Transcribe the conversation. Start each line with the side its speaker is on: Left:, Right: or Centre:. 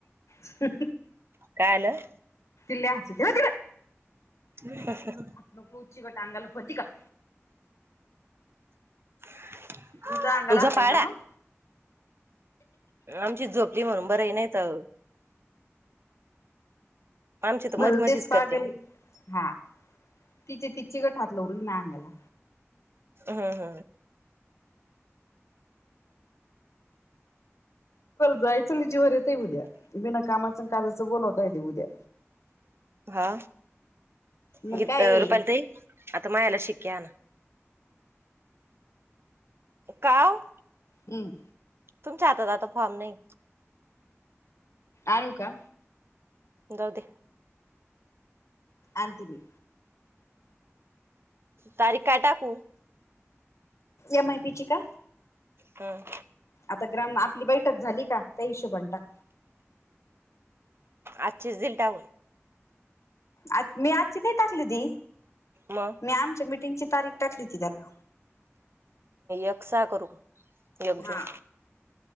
Left: हह
Right: काय आलं?
Left: लय हासते हो तिकड.
Right: हि हा हा.
Left: हात नको लावू चिगट अंगाला होती का.
Right: <unintelligible>
Left: तुमच्या अंगाला
Right: झोपाळा
Left: हात लावीन हा मंग.
Right: आमची झोपली म्हणून बर आहे नाही तर आमची तर मधी
Left: भलतेच
Right: मधीच
Left: पागल
Right: करते मग
Left: ये हा तिचे ती चिगट हात लावू राहिली, माया अंगाला
Right: ह ह
Left: जायचं ना जीवा वर येतय, उद्या बिना कामाचं कायचं बोलावता ते उद्या.
Right: हा
Left: मग
Right: रुपाली
Left: काय ये
Right: ताई आता मायाला शिक्के आणा. का व.
Left: हम्
Right: तुमच्या हातात आता फॉर्म नाही.
Left: आणु का
Right: जाऊ द्या.
Left: आणते मी
Right: तारीख काय टाकू.
Left: एम आय पी ची का.
Right: काय.
Left: आता ग्राम आपली बैठक झाली का त्या हिशोबान टाक
Right: आजचेच दिलता व
Left: आज मी आजचीच डेट टाकली होती
Right: मग
Left: मी आमच्या मिटिंगची तारीख टाकली होती त्याला
Right: एक सहा करू एक जून
Left: हा